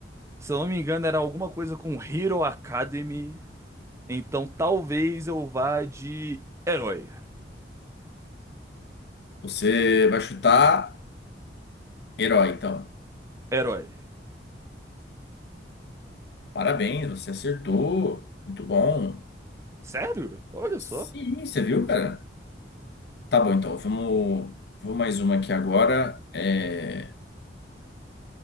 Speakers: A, on the right; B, on the left.
A: Se eu não me engano, era alguma coisa com Hero Academy. Então talvez eu vá de herói.
B: Você vai chutar herói, então.
A: Herói.
B: Parabéns, você acertou. Muito bom.
A: Sério? Olha
B: Sim,
A: só.
B: você viu, cara? Tá bom, então. Vamos, vamos mais uma aqui agora. É,